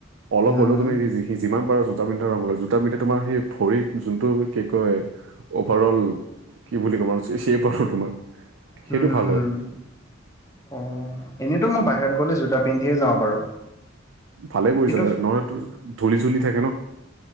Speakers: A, on the right; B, on the left.
A: অলপ
B: উম
A: হলেও তুমি যিমান পাৰা জোতা পিন্ধা আৰম্ভ কৰা। জোতা পিন্ধিলে তোমাৰ সেই ভৰিত যোনটো কি কয় অভাৰ অল কি বুলি ক'ম আৰু <unintelligible> তোমাৰ সেইটো
B: উম হুম
A: ভাল
B: হুম
A: হয়
B: অ এনেইতো মই বাহিৰত গ'লে জোতা পিন্ধিয়ে যাওঁ বাৰু।
A: ভালে কৰিছা
B: কিন্তু
A: নহ'লে তোৰ ধূলি চুলি থাকে ন।